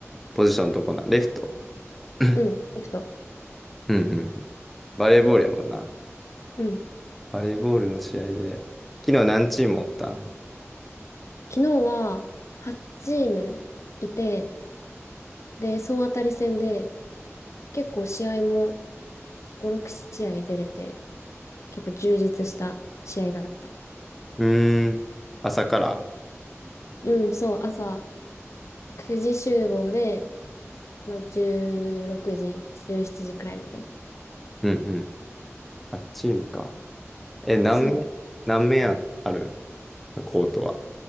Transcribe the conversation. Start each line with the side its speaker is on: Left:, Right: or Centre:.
Centre: ポジションどこなんレフト。うん
Left: うん、リフト。
Centre: うんうん。バレーボールやもんな。
Left: うん。
Centre: バレーボールの試合で。昨日何チームおったん
Left: 昨日は8チームいて、で、総当たり戦で、結構試合も5、6試合出れて、結構充実した試合だった。
Centre: うーん。朝から
Left: うん、そう、朝、9時集合で、まあ、16時、17時くらいまで。
Centre: うんうん。8チームか。え、何面、
Left: そう。
Centre: 何面あ、あるんコートは。